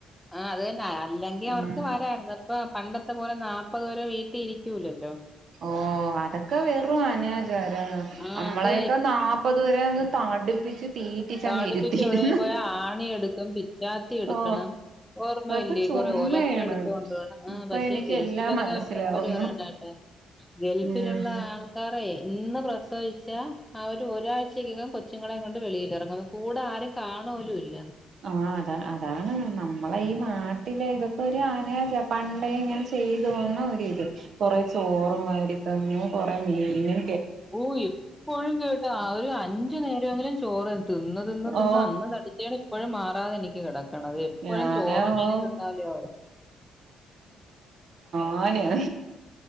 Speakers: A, in the centre; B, on the right.
A: ആ അത് തന്നെ അല്ലെങ്കിൽ
B: ഉം
A: അവർക്ക് വരരുന്നു ഇപ്പ പണ്ടത്തെ പോലെ നാ മുപ്പത്തോരം വീട്ടി ഇരിക്കൂലല്ലോ
B: ഓ അതൊക്കെ വെറും അനാചാരം
A: ആ
B: നമ്മളെയൊക്കെ
A: അത്
B: നാപ്പത് വരെ അങ്ങ് തടിപ്പിച്ച് തീറ്റിച്ചങ്ങ്
A: <unintelligible>
B: ഇരുത്തിയിരുന്നു
A: എവിടേലും പോയാ ആണി എടുക്കും പിച്ചാത്തി എടുക്കണം
B: ഓ
A: ഓർമ്മയില്ലേ
B: അതൊക്കെ ചുമ്മയാണ്
A: കൊറെേ ഒലക്കെ എടുത്ത കൊണ്ട് പോണം ആ
B: ഇപ്പൊ
A: പക്ഷെ
B: എനിക്ക്
A: ഗൾഫിലൊക്കെ
B: എല്ലാം മനസ്സിലാവുന്നു
A: അവര് പറയണ കേട്ടെ ഗൾഫിലുള്ള
B: ഉം
A: ആൾക്കാറേ ഇന്ന് പ്രസവിച്ചാ ആ ഒരു ഒരാഴ്ചക്കകം കൊച്ചുങ്ങളെ കൊണ്ട് വെളിയിലിറങ്ങും അ കൂടെ ആരേം കാണപോലുമില്ല
B: ആ അതാ അതാണ് നമ്മളെ ഈ നാട്ടിലെ ഇതൊ ഒരു അനാചാ പണ്ടേ ഇങ്ങനെ ചെയ്തോന്ന് ഒരിത് കൊറേ ചോറും വാരി തന്നു കൊറേ മീന്
A: ഓ എപ്പോഴും കേട്ട് ആ ഒരു അഞ്ചു നേരമെങ്കിലും ചോറ് തിന്ന് തിന്ന് തിന്ന്
B: ഓ
A: അന്ന് തടിച്ചാണ് ഇപ്പോഴും മാറാതെനിക്ക് കിടക്കണത് എപ്പോഴും
B: ഞാനാ
A: ചോറും മീനും
B: ഓ
A: തിന്നാല ആകൂ
B: ആനയാ